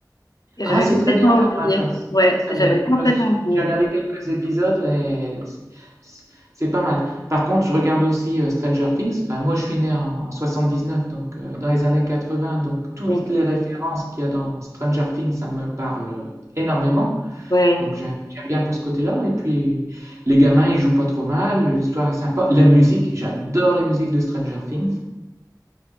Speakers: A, on the left; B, on the right.
A: et
B: Ah,
A: j'avais
B: c'est
A: complètement
B: très bien Dark
A: oublié.
B: Matter,
A: Ouais,
B: c'est très
A: j'avais
B: bien.
A: complètement
B: Je me suis-
A: oublié.
B: J'ai regardé quelques épisodes et c'est c'est- c'est pas mal. Par contre, je regarde aussi euh, Stranger Things. ben moi, je suis né en, en 79, donc euh, dans les années 80, donc toutes
A: Oui.
B: les références qu'il y a dans Stranger Things, ça me parle euh, énormément.
A: Ouais,
B: Donc j'ai- j'aime bien pour ce côté-là. Et puis les gamins, ils jouent pas trop mal, l'histoire est sympa. La musique, j'adore les musiques de Stranger Things.